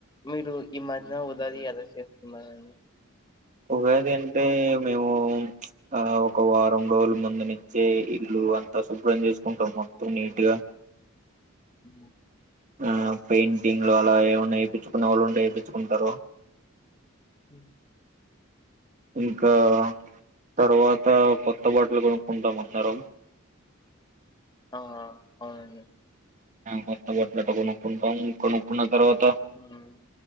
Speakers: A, on the left; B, on the right.
A: మీరు ఈ మధ్యన ఉదది ఎలా చేస్తున్నారండి
B: ఉగాద అంటంటే మేము ఆ ఒక వారం రోజుల మందు నుంచే ఇల్లు అంతా శుభ్రం చేసుకుంటాము మొత్త నీట్గా
A: అ
B: ఆ పెయింటింగ్లు అలా ఏమన్నా చేయిించుకున్న వాళ్ళు ఉంట చేయిించుకుంటారు
A: ఉ
B: ఇంకా తర్వాత కొత్త బాటలు కొనుక్కుంటాం అందరం
A: ఆ అవునండి
B: కొత్త బొట్లాట కొనుక్కుంటాం కొనుక్కున్న తర్వాత
A: ఉన్నాయి